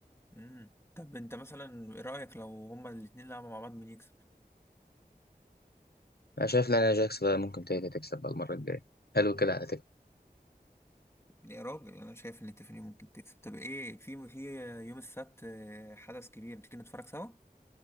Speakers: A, on the left; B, on the left.
A: امم طب انت مثلا ايه رأيك لو هما الاتنين لعبوا مع بعض مين يكسب
B: انا شايف لانا جاكس بقى ممكن تقدر تكسب بقى المره الجايه حلو كده على فكره
A: يا راجل انا شايف ان تيفاني ممكن تكسب طب ايه في في يوم السبت آه، حدث كبير تيجي نتفرج سوا